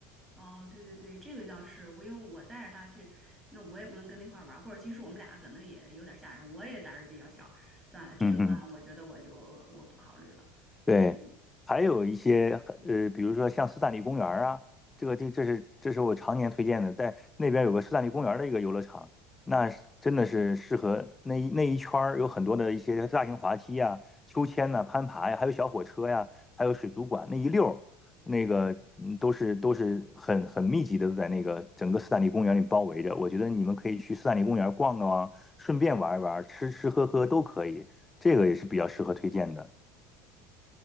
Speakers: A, on the right; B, on the left.
A: 哦，对对对，这个倒是我，因为我带着他去，那我也不能跟他一块儿玩儿，或者其实我们俩可能也有点儿吓人，我也胆儿比较小，算了，这个班我觉得我就我不考虑了。
B: 嗯哼。对，
A: 嗯
B: 还有一些呃，
A: 嗯，
B: 比如说像斯坦利公园儿啊，这个地这是这是我常年推荐的，但那边有个斯坦利公园儿的一个游乐场，那是真的是适合那一那一圈儿有很多的一些大型滑梯呀、秋千呐、攀爬呀，还有小火车呀，还有水族馆那一溜儿，那个嗯都是都是很很密集的在那个整个斯坦利公园里包围着。我觉得你们可以去斯坦利公园逛逛啊，顺便玩一玩，吃吃喝喝都可以，这个也是比较适合推荐的。